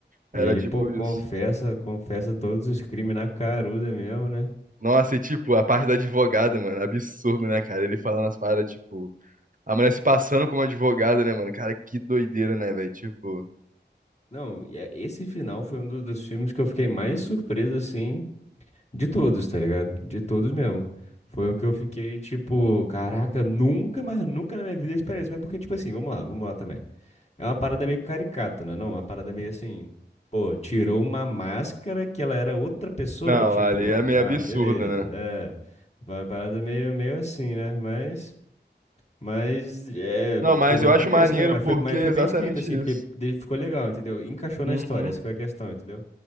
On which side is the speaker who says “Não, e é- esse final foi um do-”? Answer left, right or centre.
Left